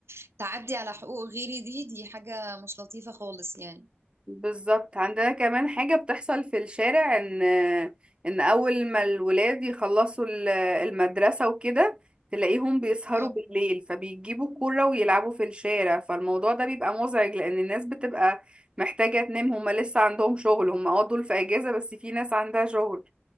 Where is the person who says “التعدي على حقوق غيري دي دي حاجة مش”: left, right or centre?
Right